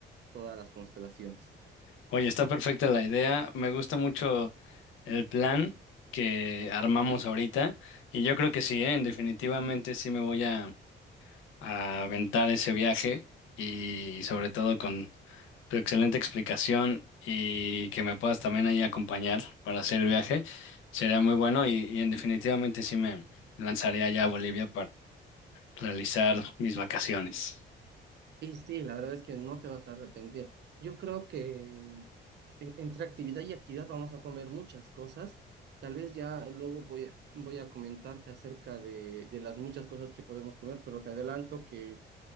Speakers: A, on the right (about 60°); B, on the left (about 80°).
A: todas las constelaciones.
B: Oye, está perfecta la idea. Me gusta mucho el plan que armamos ahorita. Y yo creo que sí, ¿eh? Definitivamente sí me voy a, a aventar ese viaje y sobre todo con tu excelente explicación y que me puedas también ahí acompañar para hacer el viaje. Sería muy bueno y, y en definitivamente sí me lanzaré allá a Bolivia realizar mis vacaciones.
A: Y sí, la verdad es que no te vas a arrepentir. Yo creo que mm, e- entre actividad y actividad vamos a comer muchas cosas. Tal vez ya luego voy, a- voy a comentarte acerca de, de las muchas cosas que podemos comer, pero te adelanto que,